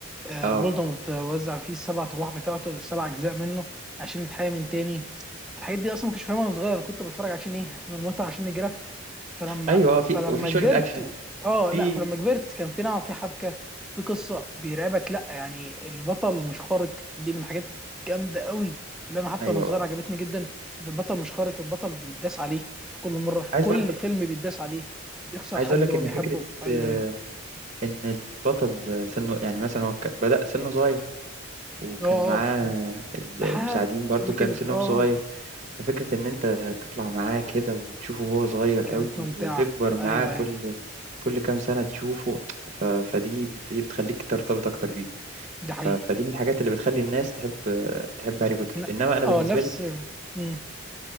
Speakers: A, in the centre; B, on the right.
A: آه،
B: اه
A: فولدمورت وزع فيه السبع ارواح بتاعته السبع اجزاء منه عشان يتحيى من تاني الحاجات دي اصلا ما كنتش فاهمها وانا صغير انا كنت بتفرج عشان ايه عشان المتعه عشان الجرافيكس فلما
B: ايوه آه، في
A: فلما
B: وفي شوية
A: كبرت
B: اكشن
A: و- اه
B: في
A: لا فلما كبرت كان في نوع في حبكه في قصه بيرعبك لا يعني البطل مش خارق دي من الحاجات جامده قوي اللي انا حتى
B: ايوه
A: وانا صغير
B: آه.
A: عجبتني جدا ان البطل مش خارق البطل بيتداس عليه في كل مره في
B: عايز
A: كل
B: برضه
A: فيلم بيتداس عليه بيخسر
B: عايز
A: حد
B: اقول لك
A: هو
B: ان
A: بيحبه
B: فكرة
A: ايوه
B: آه،
A: ايوه
B: ان البطل سنه يعني مثلا هو ك- بدأ سنه صغير وكان
A: اه
B: معاه
A: اه
B: ال-
A: لحد
B: المساعدين برضو
A: ما
B: كان
A: كبر
B: سنهم
A: اه
B: صغير
A: آه.
B: ففكرة إن أنت تطلع معاه كده وتشوفه وهو صغير
A: كانت
B: قوي
A: ممتعه
B: وتكبر معاه
A: ايوه
B: كل
A: ايوه
B: كل كام سنة تشوفه ف... فدي بت... إيه بتخليك ترتبط أكتر بيه
A: ده حقيقي
B: ف... فدي من الحاجات اللي بتخلي الناس تحب تحب هاري بوتر
A: ن-
B: إنما أنا
A: اه
B: بالنسبة
A: نفس
B: لي
A: مم.